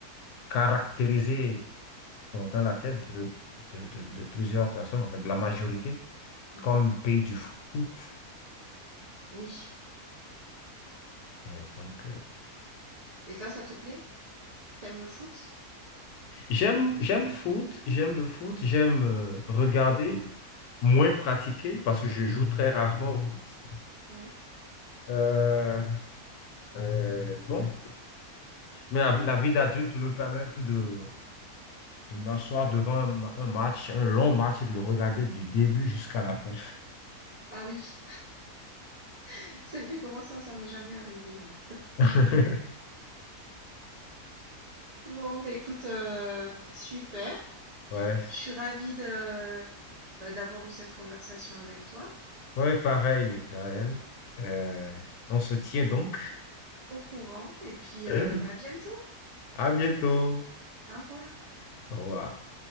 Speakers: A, on the left (about 80°); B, on the right (about 85°).
A: caractérisé bon, dans la tête de, de, de- de plusieurs personnes, enfin de la majorité,
B: mhm.
A: comme pays du foot.
B: Oui.
A: Ouais, donc, euh,
B: Et ça, ça te plaît? T'aimes le foot?
A: j'aime, j'aime le foot, j'aime le foot, j'aime euh, regarder, moins pratiquer, parce que je joue très rarement au foot.
B: Ouais.
A: Euh, euh, bon, mais la, la vie d'adulte me permet un peu de de m'asseoir devant un, ma- un match, un long match, et de le regarder du début jusqu'à la fin.
B: Ah oui, <laughs> c'est vrai que moi, ça, ça m'est jamais arrivé, ouais.
A: <laughs>
B: Bon, bah écoute, euh, super.
A: Ouais,
B: Je suis ravie de, bah, d'avoir eu cette conversation avec toi.
A: ouais, pareil, Gaël. Euh, on se tient donc.
B: au courant et puis
A: <laughs>
B: euh, bah, à bientôt.
A: À bientôt.
B: Au revoir.
A: Au revoir.